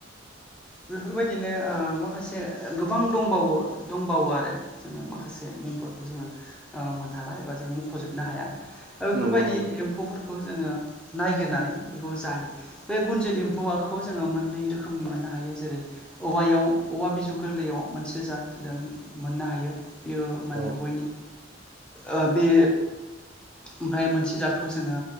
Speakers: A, in the centre; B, on the right.
A: बेफोरबायदिनो ओ माखासे गोबां दंबावो दंबावो आरो। जोङो माखासे मुंफोरखौ जोङो ओ मोनहाला एबा जों मख'जोबनो हाया। बेफोरबायदि
B: नंगौ नंगौ
A: एम्फौफोरखौ जोङो नायगिरनानै बेखौ जायो। बे गुनजेत एम्फौआखौ जोङो मोननै रोखोमनि मोननो हायो। जेरै औवायाव औवा बिजौ गोरलैयाव मोनसे जात जों मोननो हायो। बियो माने
B: औ
A: बयनि ओ बे ओमफ्राय मोनसे जातखौ जोङो